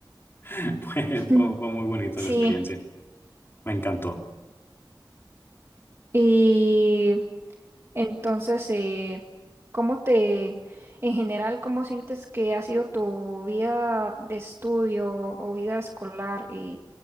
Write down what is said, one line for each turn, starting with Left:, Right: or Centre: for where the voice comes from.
Left: <laughs> Fue,
Right: <laughs>
Left: fue, fue muy bonito
Right: Sí,
Left: la experiencia. Me encantó.
Right: y Entonces, eh, ¿cómo te, en general, cómo sientes que ha sido tu vida de estudio o vida escolar eh,